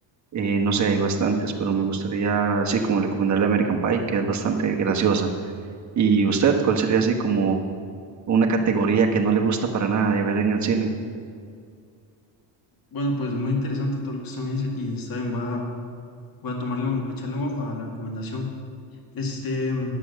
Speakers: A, on the right; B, on the left.
A: eh, no sé, hay bastantes, pero me gustaría así como recomendarle American Pie, que es bastante graciosa. ¿Y usted, cuál sería así como una categoría que no le gusta para nada de ver en el cine?
B: Bueno, pues muy interesante todo lo que usted me dice y está bien, voy a, voy a tomarle un, echarle un ojo a la recomendación. Este,